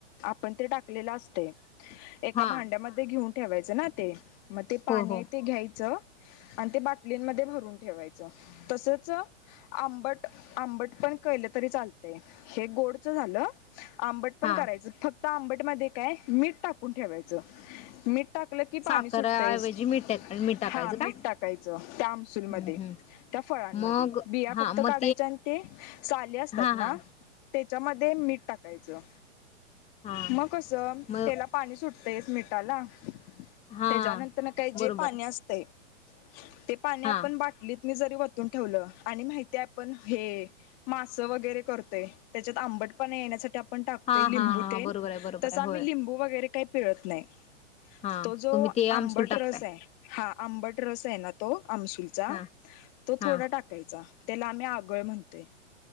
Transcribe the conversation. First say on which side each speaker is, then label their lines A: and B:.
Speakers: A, on the left; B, on the left.
A: आपण ते टाकलेलं असत एका
B: हा
A: भांड्यामध्ये घेऊन ठेवायचं ना ते मग ते पाणी
B: हो हो
A: आहे ते घ्यायचं आणि ते बाटलींमध्ये भरून ठेवायचं तसच आंबट आंबट पण केलं तरी चालते हे गोडच झालं आंबट
B: हा
A: कराय फक्त आंबट म काय मीठ टाकून ठेवायच मीठ टा टकलं की पाणी
B: साखरऐवजी
A: सुटतायस
B: मीठ टाक टाकायचं
A: हा मीठ
B: का
A: टाकायचं त्या आमसूलमध्ये
B: हम्म हम्म
A: त्या फळांमध्ये
B: मग
A: बिया
B: हा
A: फक्त
B: मग
A: काढायच्या आणि ते साले असतात
B: हा
A: ना
B: हा
A: त्याच्यामध्ये मीठ टाकायचं
B: हा
A: मग कं
B: मग
A: त्याला पाणी सुट तेस मिीठाला
B: हां
A: त्याच्यानंतर काही जे
B: बरोबर
A: पाणी असतय ते पाणी
B: हां
A: आपण बाटली जरी वतून ठेवलं आणि माहितीय आपण हे मासं वगैरे करतेय त्याच्यात आंबट पाणी येण्यासाठी ण टाकतोय
B: हां
A: लिंबू
B: हां हां
A: तेन
B: बरोबर आहे बरोबर
A: तस
B: आहे
A: आम्ही
B: होय
A: लिंबू वगैरे काही पिळत नाही
B: हां
A: तो जो
B: तुम्ही ते आमसूल
A: आंबट
B: टाकताय
A: रस आहे हा आंबट रस आहे ना तो आमसूलचा
B: हां
A: तो
B: हां
A: थोडा टा त्याला आम्ही आगळ म्हणतोय